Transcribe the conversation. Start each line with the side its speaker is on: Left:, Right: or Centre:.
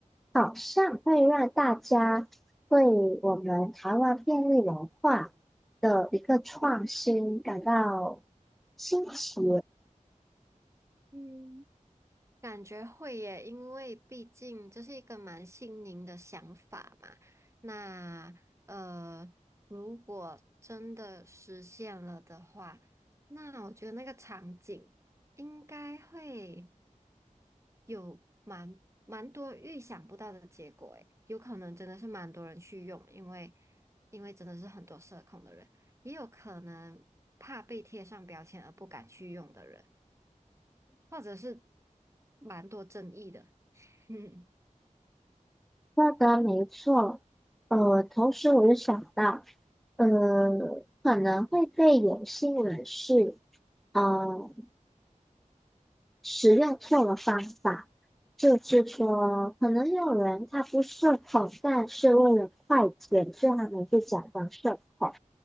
Centre: 好像会让大家对我们台湾便利文化的一个创新感到新奇。
Right: 嗯感觉会耶，因为毕竟这是一个蛮新颖的想法嘛。那呃，如果真的实现了的话，那我觉得那个场景应该会。有蛮蛮多预想不到的结果，诶，有可能真的是蛮多人去用，因为因为真的是很多社恐的人，也有可能怕被贴上标签而不敢去用的人，或者是蛮多争议的，<laughs> 嗯。
Centre: 说的没错，呃，同时我又想到，呃，可能会被有心人士。呃，使用错了方法，就是说，可能有人他不社恐，但是为了快捷，所以他们就假装社恐，